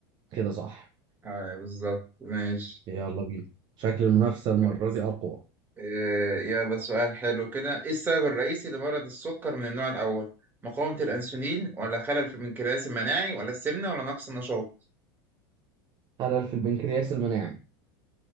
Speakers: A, on the right (about 40°); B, on the right (about 15°).
A: كده صح
B: اه بالظبط ماشي
A: يلا بينا شكل المنافسه المره
B: كويس
A: دي اقوى
B: آه يلا سؤال حلو كده ايه السبب الرئيسي لمرض السكر من النوع الأول؟ مقاومة الأنسولين ولا خلل في المنكرياس المناعي ولا السمنة ولا نقص النشاط؟
A: خلل في البنكرياس المناعي